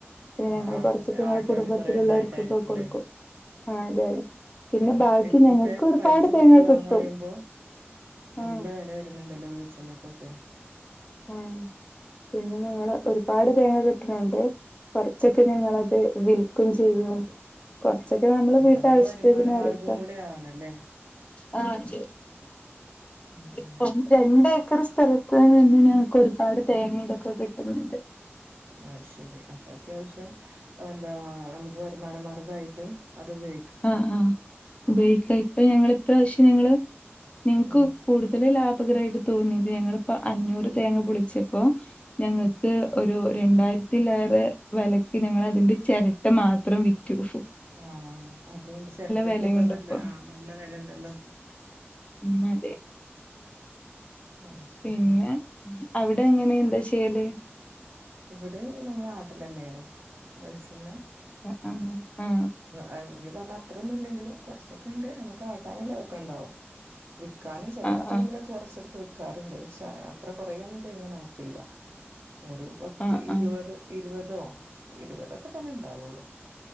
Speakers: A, on the left; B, on the right.
A: പിന്നെങ്ങള്
B: ആഹ് ആഹ്
A: കൊറച്ചൊക്കെ
B: അപ്പത്തെ
A: ങ്ങള്
B: ആട്ടാന്
A: കുടുംബത്തിലുള്ളവർക്കൊക്കെ
B: കൊറേ ഇണ്ടായിട്ടായിരിക്കുംല്ലേ
A: കൊടുക്കും ആ അതെ പിന്നെ
B: കാരണം
A: ബാക്കി
B: ഇപ്പൊക്കെ
A: ഞങ്ങക്ക് ഒരുപാട്
B: പൈസ കൊടുത്ത്
A: തേങ്ങ
B: വാങ്ങാറിയുമ്പോ
A: കിട്ടും
B: നല്ല
A: ആ
B: വെല വരുന്നുണ്ടല്ലോ വെളിച്ചെണ്ണക്കൊക്കെ
A: ആ പിന്നെ ഞങ്ങള് ഒരുപാട് തേങ്ങ കിട്ട് ണണ്ട് കൊറച്ചൊക്കെ ഞങ്ങളത് വിൽക്കും ചെയ്യും കൊറച്ചൊക്കെ നമ്മള്
B: ആഹ്
A: വീട്ടാവശ്യത്തിനെടുക്ക
B: അതൊരു വരുമാന മാർഗവും കൂടെ ആവണല്ലേ
A: ആ ശ്
B: ഉം
A: ഇപ്പളും
B: ഉം
A: രണ്ടേക്കർ സ്ഥലത്ത് നിന്ന് ഞങ്ങക്ക് ഒരുപാട് തേങ്ങേതൊക്കെ കിട്ടുന്നുണ്ട്
B: അയ്ശരി അപ്പൊത്യാശ്യം എന്താ നമുക്ക് വരുമാനം മാ അതായിട്ട് അതുപയോ
A: അ ആ ഉപയോഗിക്ക ഇപ്പൊ ഞങ്ങള് ഇപ്രാവശ്യം ഞങ്ങള് നിങ്ങ്ക്കു
B: ഉം
A: കൂടുതല് ലാഭകരായിട്ട് തോന്നിയത് ഞങ്ങളിപ്പോ അഞ്ഞൂറ് തേങ്ങ പൊളിച്ചപ്പോ ഞങ്ങക്ക്
B: ഉം
A: ഒരു രണ്ടായിര ത്തിലേറെ വെലക്ക് ഞങ്ങളതിന്റെ ചെരട്ട മാത്രം വിറ്റു ഹ്‌
B: ആ അതൊണ്ട് ചെരട്ടക്ക്
A: വെലയുണ്ട്
B: ഇപ്പ നല്ല
A: ഇപ്പൊ
B: ആ നല്ല വെലണ്ടല്ലോ
A: ഉം അതെ
B: ആഹ് ശരി
A: പിന്നെ അവിടെ എങ്ങനെ എന്താ ചെയ്യല്
B: ഇവിടേം നമ്മളാട്ടലെന്നേണ് വെളിച്ചെണ്ണ
A: അ അ അ ആ
B: അഹ് നീ പറഞ്ഞത്രൊന്നും ഇല്ലെങ്കിലും കുറച്ചൊക്കെണ്ട് നമുക്കാട്ടാനുള്ളതൊ ക്കണ്ടാവും വിക്കാനും ചെലടൈമിലൊക്കെ
A: ആഹ്
B: കുറച്ചെടുത്ത് വ് ക്കാറുണ്ട് ഷ അത്ര കൊറെ ഒന്ന്‌ തെങ്ങ് നമുക്കില്ല ഒരു പത്ത്
A: ആഹ്
B: ഇരുപത്
A: ആഹ്
B: ഇരുപതോ ഇരുപതൊക്കെതന്നെ ഉണ്ടാവുള്ളൂ